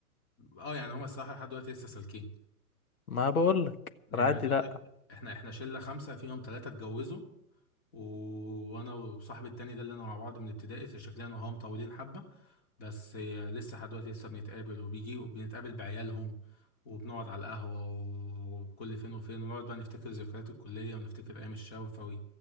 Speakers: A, on the left; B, on the left.
A: اه يعني هما الصراحه لحد دلوقتي لسه سالكين
B: ما بقول لك
A: يعني
B: انا عندي
A: عايز اقول
B: لا
A: لك احنا احنا شله خمسه فيهم ثلاثه اتجوزوا و- وانا وصاحبي التاني ده اللي انا مع بعض من ابتدائي فشكلنا انا وهو مطولين حبه بس هي لسه لحد دلوقتي لسه بنتقابل وبيجي وبنتقابل بعيالهم وبنقعد على القهوه و- وكل فين وفين ونقعد بقى نفتكر ذكريات الكليه ونفتكر ايام الشوفه و-